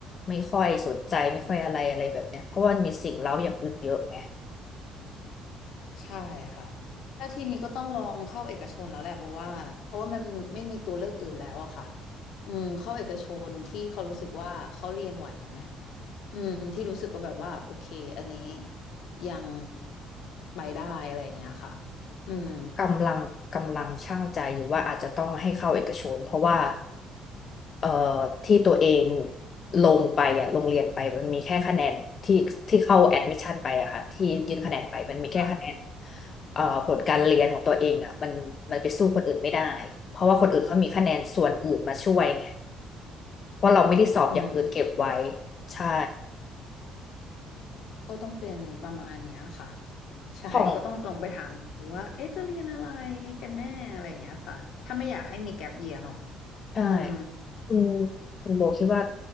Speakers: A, on the left (about 40°); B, on the left (about 70°).
A: ไม่ค่อยสนใจไม่ค่อยอะไรอะไรแบบเนี้ยเพราะว่ามันมีสิ่งเร้าอย่างอื่นเยอะไง
B: ใช่ค่ะถ้าทีนี้ก็ต้องลองเข้าเอกชนแล้วแหละเพราะว่าเพราะว่ามันไม่มีตัวเลือกอื่นแล้วอะค่ะอืมเข้าเอกชนที่เขารู้สึกว่าเขาเรียนไหวไหมอืมที่รู้สึกว่าแบบว่าโอเคอันนี้ยังไปได้อะไรอย่างเงี้ยค่ะอืม
A: กำลังกำลังชั่งใจอยู่ว่าอาจจะต้องให้เข้าเอกชนเพราะว่าเอ่อที่ตัวเองลงไปอ่ะโงเรียนไปมันมีแค่คะแนนที่ที่เข้าแอดมิชชั่นไปอะค่ะที่ยื่นคะแนนไปมันมีแค่คะแนน
B: ค่ะ
A: เอ่อผลการเรียนของตัวเองอ่ะมันมันไปสู้คนอื่นไม่ได้เพราะว่าคนอื่นเขามีคะแนนส่วนอื่นมาช่วยไงเพราะเราไม่ได้สอบอย่างอื่นเก็บไว้
B: อืม
A: ใช่
B: ก็ต้องเป็นประมาณเนี้ยค่ะใช่ก็ต้องลองไปถามดูว่าเอ๊ะจะเรียนอะไร
A: ของ
B: กันแน่อะไรอย่างเงี้ยค่ะถ้าไม่อยากให้มีแก p เยียเนาะ
A: ใช่
B: อืม
A: คุณคุณโบคิดว่า